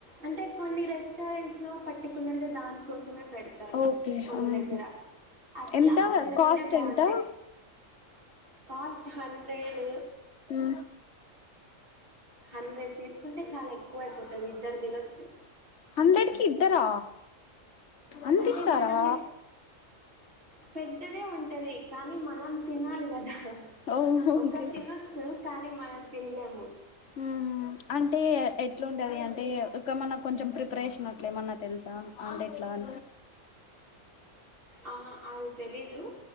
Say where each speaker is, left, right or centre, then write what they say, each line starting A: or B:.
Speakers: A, on the right; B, on the left.
A: అంటే కొన్ని రెస్టారెంట్స్ లో పర్టికులర్ గా దానికోసం పెడతారు
B: ఓకే
A: కొన్ని
B: హ్మ్
A: దగ్గర అట్లా
B: ఎంత
A: అక్కడ ఒకటే
B: కాస్ట్
A: బాగుంటాయి
B: ఎంత
A: కాస్ట్ హండ్రెడ్
B: హ్మ్
A: హండ్రెడ్ తీసుకుంటే చాలా ఎక్కువ అయిపోతది ఇద్దరు తినొచ్చు
B: హండ్రెడ్ కి ఇద్దరా అంత
A: అంటే
B: ఇస్తారా
A: మనం పెద్దదే ఉంటది కానీ మనం తినాలి కదా
B: ఓహ్ ఓకే
A: ఒకరు తినొచ్చు కానీ మనం తినలేము
B: ఊహు అంటే ఎట్లుండేది అంటే ఇకమన్నా కొంచెం ప్రిపరేషన్ అట్లే ఏమన్నా తెలుసా అంటే ఎట్లా అ
A: ఆ అ తెలిదు